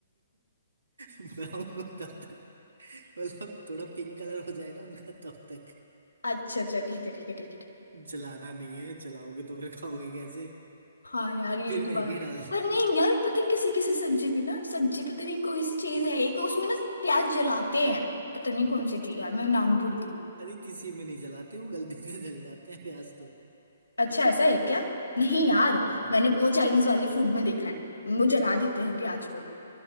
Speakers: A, on the right (about 70°); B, on the left (about 75°).
A: ब्राउन होता तक मतलब थोड़ा पिंक कलर हो जाए ना उनका तब तक
B: अच्छा अच्छा ठीक है ठीक है ठीक है ठीक है।
A: जलाना नहीं है जलाओगे तो फिर खाओगे कैसे
B: हाँ यार यही
A: फिर
B: तो
A: मैगी
B: बात
A: डालनी
B: पर नहीं
A: है
B: यार पता है किसी किसी सब्जी भी ना सब्जी पता नहीं कोई सी चीज है एक उसमें ना प्याज जलाते हैं पता नहीं कौन सी थी यार मैं नाम भूल गई
A: अरे किसी में नहीं जलाते वो गलती से जल जाते हैं प्याज तो
B: अच्छा ऐसा है क्या नहीं यार
A: हाँ
B: मैंने बहुत चाइनीज वाली फूड में देखा है वो जला देते हैं प्याज को